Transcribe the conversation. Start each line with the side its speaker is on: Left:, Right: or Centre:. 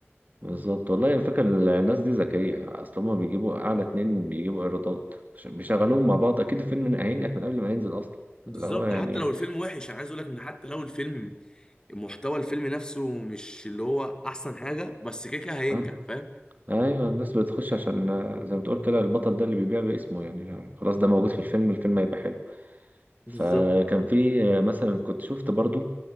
Right: بالظبط والله الفكرة الناس دي ذكية اصل هما بيجيبوا اعلى اتنين بيجيبوا ايرادات عشان بيشغلوهم مع بعض اكيد الفيلم هينجح من قبل ما ينزل اصلا
Left: بالظبط
Right: اللي هو يعني
Left: حتى لو الفيلم وحش انا عايز اقول لك ان حتى لو الفيلم محتوى الفيلم نفسه مش اللي هو احسن حاجه بس كده كده هينجح
Right: اه
Left: فاهم
Right: ايوه الناس بتخش عشان آه، زي ما بتقول كده البطل ده اللي بيبيع باسمه يعني آه، خلاص ده موجود في الفيلم الفيلم هيبقى حلو
Left: بالظبط.
Right: فكان في آه، مثلا كنت شفت برضو